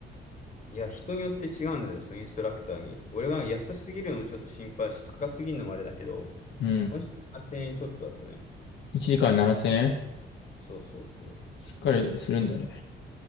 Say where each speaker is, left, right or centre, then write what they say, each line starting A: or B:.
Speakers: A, on the left (about 40°); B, on the left (about 70°).
A: いや、人によって違うんですよね、インストラクターに。俺は安すぎるのもちょっと心配し、高すぎるのもあれだけど、
B: うん。
A: もし8せん円ちょっとだったね。
B: 1時間7000円
A: そうそうそ
B: しっかりするんだね。